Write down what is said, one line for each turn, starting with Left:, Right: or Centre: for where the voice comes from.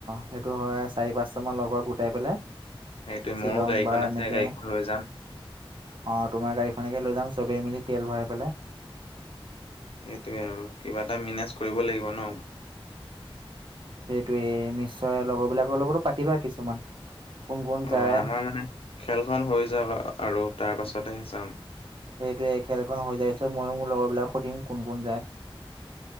Right: সেইটো হয় চাৰি পাঁচটা মান লগৰ গোটাই পেলাই।
Left: সেইটোয়ে মোৰো
Right: শ্বিলং
Left: গাড়ীখন
Right: বা এনেকে
Left: আছে গাড়ীখন লৈ যাম।
Right: অ তোমাৰ গাড়ীখনকে লৈ যাম চবেই মিলি তেল ভৰাই পেলাই।
Left: এইটোৱে আৰু কিবা এটা মেনেজ কৰিব লাগিব ন।
Right: সেইটোয়ে নিশ্চয় লগৰ বিলাকৰ লগতো পাতিবা কিছুমান। কোন কোন
Left: অ
Right: যায়
Left: আমাৰ মানে খেলখন হৈ যাওঁক আৰু তাৰ পাছতহে চাম।
Right: সেইটোৱে খেলখন হৈ যায় পিছত ময়ো মোৰ লগৰ বিলাকক সুধিম কোন কোন যায়।